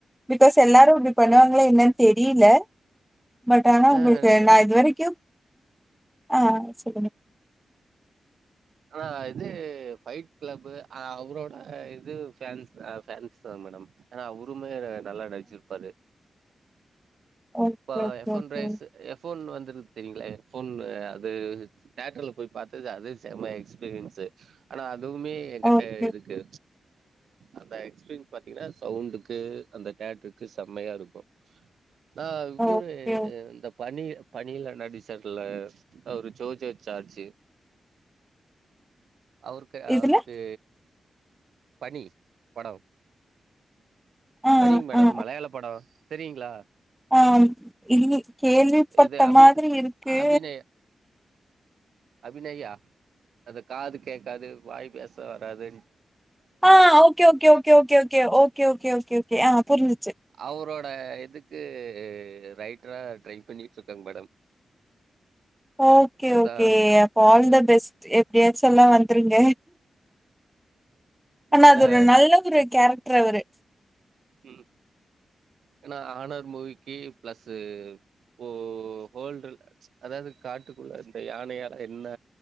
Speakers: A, in the centre; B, on the right.
A: பிகாஸ் எல்லாரு அப்டி பண்ணுவாங்
B: ஆமாங்க.
A: என்னன் தெரில பட் ஆனா
B: நான்
A: உங்களுக்கு நா இது வரைக்கு ஆ சொல்லுங்க
B: அ இது ஃபைட் கிளப் அவரோட இது ஃபேன்ஸ் ஃபேன்ஸ்தா மேடம் எனா அவ்ருமே நல்லா நடுச்சிர்ப்பாரு
A: ஓகே
B: இப்பா
A: okay
B: iPhone
A: okay
B: rice iPhone one தெரியுங்ளா போன் அது தேட்டர்ல போய் பார்த்து அது செம எக்ஸ்பீரியன்ஸு ஆனா அது வுமே எகட்ட
A: ஓகே ஓகே
B: இருக்கு அந்த எக்ஸ்பீரியன்ஸ் பாத்தீங்கனா சவுண்டுக்கு அந்த தேட்ருக்கு செம்மையா இருக்கூ நா இவ்ரு
A: ஓகே
B: இந்த பனி பனில நடிசர்ல அவ்ரு ஜோஜே சார்ஜு அவர்கே
A: இதுல
B: அவருக்கு பனி பட
A: ஆ
B: பனிங் மேடம்
A: ஆ
B: மலையாள பட தெரியுங்ளா
A: ஆ இது கேள்விப்பட்ட
B: இது அபி
A: மாதிரி இருக்கு
B: அபிநய அபிநயா அது காது கேக்காது வாய் பேச வராது
A: ஆ okay okay okay okay okay okay okay okay okay அ புரிஞ்சி
B: அவரோ ட இதுக்கு ரைட்ரா ட்ரை பண்ணிட்ருக்கங் மேடம்
A: ஓகே
B: அதா
A: ஓகே அப்போ ஆல் த பெஸ்ட் எப்டியாச்சு உள்ள வந்துருங்க ஆனா
B: ஏன்னா
A: அது ஒரு நல்லதொரு கேரக்ட்ரு அவரு
B: ம் ஏனா ஹானர் மூவிக்கு ப்ளஸ் இப்போ ஹோல்டுல அதாது காட்டுக்குள்ள இந்த யானையால என்ன